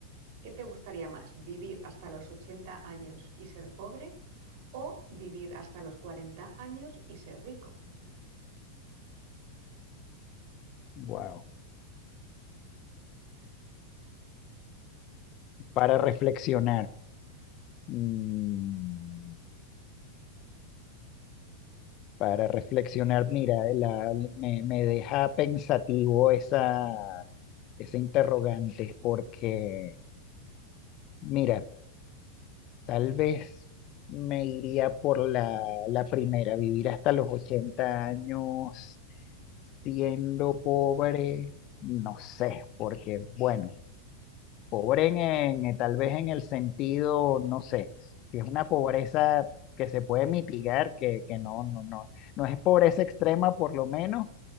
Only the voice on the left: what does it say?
Wow. para reflexionar. mm, para reflexionar, mira, la- me, me deja pensativo esa, esa interrogante, porque, mira, Tal vez me iría por la, la primera, vivir hasta los 80 años siendo pobre, no sé, porque bueno, pobre en, en- eh, tal vez en el sentido, no sé, si es una pobreza que se puede mitigar, que, que no, no, no, no es pobreza extrema por lo menos,